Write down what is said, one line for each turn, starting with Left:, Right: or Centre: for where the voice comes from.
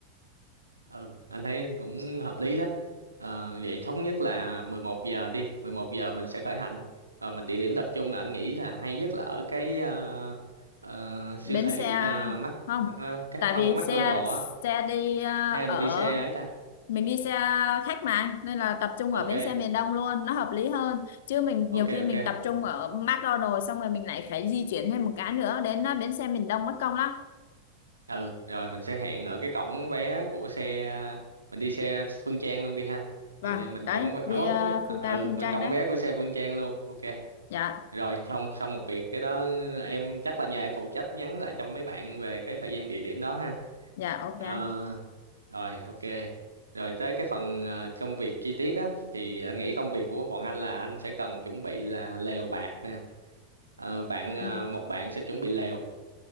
Right: ừ anh thấy cũng hợp lý đó Ờ, vậy thống nhất là 11 giờ đi 11 giờ mình sẽ khởi hành và mình địa điểm tập trung là anh nghĩ là hay nhất là ở cái ờ, ờ, siêu
Left: bến
Right: thị
Left: xe
Right: uh, mắc
Left: không
Right: ờ, cái
Left: tại
Right: không
Left: vì
Right: McDonald's
Left: xe
Right: á
Left: xe đi ờ,
Right: hay là
Left: ở
Right: mình đi xe ấy ta
Left: mình đi xe khách mà nên là tập trung
Right: ok
Left: ở bến xe miền Đông luôn nó hợp lý hơn chứ mình
Right: ok
Left: nhiều khi
Right: ok
Left: mình tập trung ở McDonald's xong rồi mình lại phải di chuyển thêm một cái nữa đến ờ, bến xe miền Đông mất công lắm
Right: ừ rồi mình sẽ hẹn ở cái cổng vé của xe mình đi xe Phương Trang luôn đi ha
Left: vâng
Right: mình mình
Left: đấy
Right: cổng vé ủa,
Left: đi ờ,
Right: à,
Left: Phu
Right: ừ
Left: ta Phương
Right: mình
Left: Trang
Right: cổng
Left: đấy
Right: vé của xe Phương Trang luôn ok
Left: dạ
Right: rồi xong xong một việc cái đó em chắc là nhờ em phụ trách nhắn lại cho mấy bạn về cái thời gian địa điểm đó ha
Left: dạ ok
Right: Ờ,
Left: anh.
Right: rồi ok rồi tới cái phần ờ, công việc chi tiết á thì anh nghĩ công việc của bọn anh là anh sẽ cần chuẩn bị là lều bạt nè Ờ, bạn ờ,
Left: Ừ.
Right: một bạn sẽ chuẩn bị lều